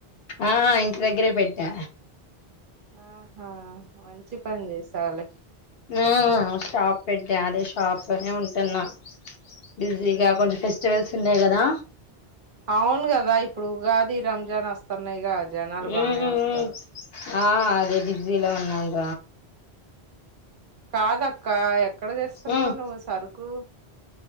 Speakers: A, on the left (about 65°); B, on the right (about 55°).
A: ఆ ఇంటి దగ్గరే పెట్టా
B: ఆహా వంచి పంది సవాల
A: ఆ షాప్ పెట్టే అదే షాప్నే ఉంటున్నా బిజీగా కొంచెం ఫెస్టివల్స్ ఉన్నాయి కదా
B: అవును కదా ఇప్పుడు ఉగాది రంజాన్ వస్తున్నాయిగా జనాలు
A: ఉమ్,
B: బానే
A: ఉమ్,
B: వస్తారు
A: ఉమ్. ఆ అదే బడిజజీలా ఉన్నాండ
B: కాదక్క ఎక్కడ తెస్తున్నావు
A: ఉమ్.
B: నువ్వు సరుకు